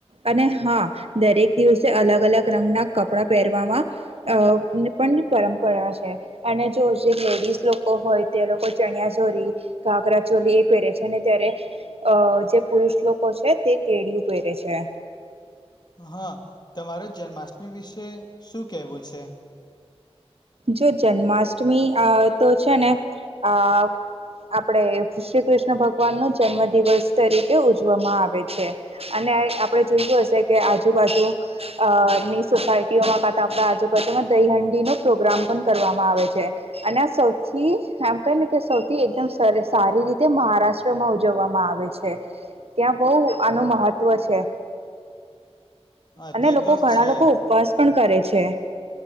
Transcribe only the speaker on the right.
અને હા, દરેક દિવસે અલગ અલગ રંગના કપડા પહેરવામાં અ પણ પરંપરા છે અને જો જે લેડીઝ લોકો હોય તે લોકો ચણિયા ચોરી ઘાઘરા ચોલી એ પહેરે છે, ને ત્યારે અ જે પુરુષ લોકો છે તે કેળયું પહેરે છે
જો જન્માષ્ટમી આ તો છે, ને આ આપણેે શ્રી કૃષ્ણ ભગવાન નો જન્મ દિવસ તરીકે ઉજવામાં આવે છે, અને આપણે જોયું હશે કે આજુબાજુ અ ની સોસાયટીઓમાં કા તો આપણા આજુબાજુમાં દહીહંડીનું પ્રોગ્રામ પણ કરવામાં આવે છે, અને સૌથી આમ ક ને કે સૌથી એકદમ સારી રીતે મહારાષ્ટ્રમાં ઉજવવામાં આવે છે ત્યાં બહ આનું મહત્વ છે.
અને
લોકો
ઘણા
લોકો ઉપવાસ પણ કરે છે,